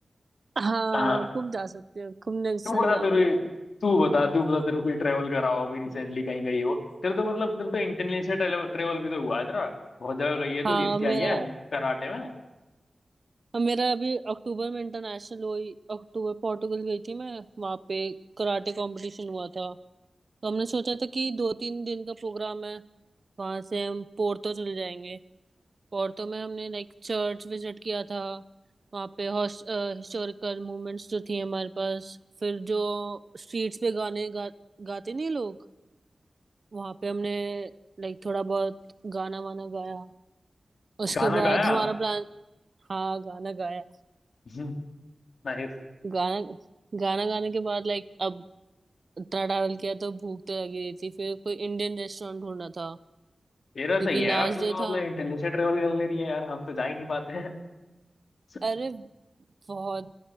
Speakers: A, on the right; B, on the left.
A: हाँ
B: हाँ
A: गुम जा सकते हैं गुम नेक्स्ट
B: तू
A: टाइम
B: बता
A: जाऊंगी
B: तेरे
A: मैं
B: तू बता तू बता तेरे को कोई ट्रेवल करा हो अभी रिसेंटली कहीं गई हो तेरे तो मतलब तेरे तो इंटरनेशनल ट्रेवल भी तो हुआ है तेरा बहुत जगह गई है तू
A: हाँ
B: जीत के आई
A: मेरा
B: है कराटे में
A: मेरा अभी अक्टूबर में इंटरनेशनल हुई अक्टूबर पोर्टुगल गई थी मैं वहाँ पे कराटे कंपटीशन हुआ था तो हमने सोचा था कि दो तीन दिन का प्रोग्राम है वहां से हम पोर्तो चले जाएंगे पोर्टो में हमने लाइक चर्च विजिट किया था वहाँ पे हिस्टोरिकल मूवमेंट्स जो थी हमारे पास फिर जो स्ट्रीट्स पे गाने गा, गाते नहीं लोग वहाँ पे हमने लाइक थोड़ा बहुत गाना वाना गाया उसके
B: गाना
A: बाद
B: गाया
A: हमारा प्लान हाँ गाना गाया
B: <laughs> नाइस
A: गाना गाना गाने के बाद लाइक अब इतना ट्रैवल किया तो भूख तो लगी रही थी फिर कोई इंडियन रेस्टोरेंट ढूंढना था
B: तेरा
A: क्योंकि
B: सही है
A: लास्ट
B: यार तू
A: डे
B: तो
A: था
B: मतलब इंटरनेशनल ट्रेवल कर ले रही है यार हम तो जा ही नहीं पाते हैं <laughs>
A: अरे बहुत